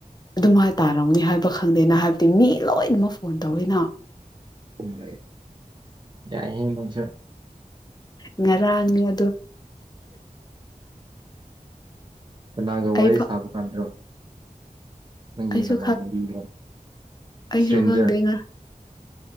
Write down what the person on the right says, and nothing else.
ꯎꯝ ꯌꯥꯏ ꯍꯦ ꯅꯪꯁꯨ
ꯀꯅꯥꯒ ꯋꯥꯔꯤ
ꯁꯥꯕ ꯀꯥꯟꯗꯔꯣ ꯅꯪꯒꯤ
ꯅꯃꯥꯟ ꯅꯕꯤꯒꯔꯣ
ꯏꯁꯇ꯭ꯔꯦꯟꯖꯔ